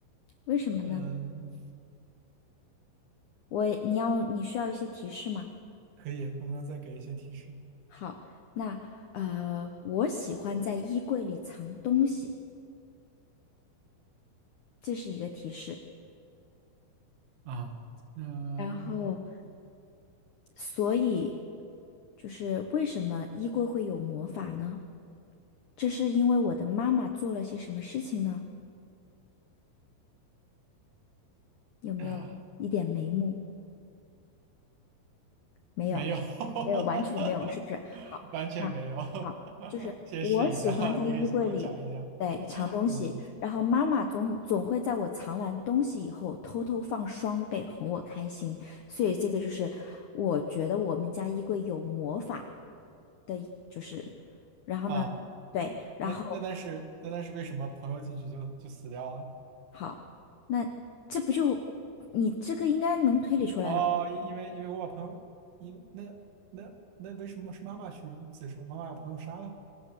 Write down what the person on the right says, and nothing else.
嗯，
可以，能不能再给一些提示？
啊，嗯，
<laughs>
没有，
<laughs>
完全没有。
<laughs> 先试一下，你可以先给我讲一讲。
嗯
啊，
那那但是那但是为什么朋友进去就就死掉了？
哦，因因为因为我把朋友，因那那那为什么是妈妈去自首？妈妈把朋友杀了？